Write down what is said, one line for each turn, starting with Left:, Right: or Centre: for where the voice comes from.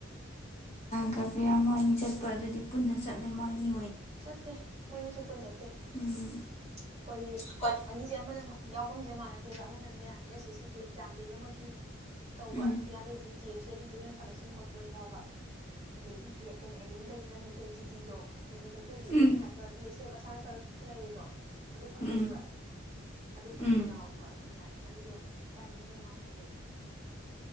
Left: ꯒ ꯄ꯭ꯔꯤꯌꯥ ꯃꯣꯏꯑꯅꯤ ꯆꯠꯄ ꯑꯗꯨꯗꯤ ꯄꯨꯟꯅ ꯆꯠꯂꯦ ꯃꯣꯏꯑꯅꯤ
Right: ꯆꯠꯇꯦ ꯃꯣꯏꯑꯅꯤꯁꯨ ꯄꯨꯟ ꯆꯠꯇꯦ ꯑꯩꯈꯣꯏꯒꯤ
Left: ꯎꯝ ꯍꯣꯏ
Right: ꯑꯅꯤꯁꯦ ꯑꯃꯅ ꯌꯥꯎꯕꯝꯖꯦ ꯃꯥꯟꯅꯗꯦꯕ ꯑꯃꯅꯅꯦ ꯑꯦꯁ ꯑꯦꯁ ꯁꯤꯒꯤ ꯑꯦꯛꯖꯥꯝ ꯂꯣꯏꯅꯃꯛꯀꯤ ꯇꯧꯕ
Left: ꯎꯝ
Right: ꯄꯤꯌꯥꯇꯩꯁꯤꯅ ꯖꯤ ꯑꯦꯞ ꯖꯦ ꯗꯤ ꯖꯦꯅꯔꯦꯜ ꯐꯥꯎꯟꯗꯦꯁꯟ ꯀꯣꯔꯁ ꯂꯣꯏꯅ ꯌꯥꯎꯕ ꯑꯗꯒꯤ ꯄꯤꯌꯩ ꯀꯩꯅꯣ ꯑꯦꯂꯤꯅꯇꯩꯖꯤꯅ ꯑꯃꯨꯛ ꯑꯩꯈꯣꯏ ꯖꯤ ꯗꯤꯗꯣ ꯖꯤ ꯗꯤ ꯈꯛꯀꯤ ꯍꯧꯖꯤꯛꯀꯤ
Left: ꯎꯝ
Right: ꯑꯩꯅ ꯍꯥꯏꯕ ꯕꯦꯁ ꯇꯦꯞ ꯑꯁꯥꯝ ꯔꯥꯏꯐꯜ ꯈꯔ ꯂꯩꯔꯤꯗꯣ ꯑꯗꯨ ꯈꯛꯀꯤꯅꯦꯕ
Left: ꯎꯝ
Right: ꯑꯗꯨ ꯈꯛꯀꯤ
Left: ꯎꯝ
Right: ꯌꯥꯎꯕ ꯑꯗꯨꯅ ꯑꯅꯤꯗꯣ ꯇꯥꯏꯃꯤꯡꯗꯣ ꯃꯥꯟꯅꯗꯦꯕ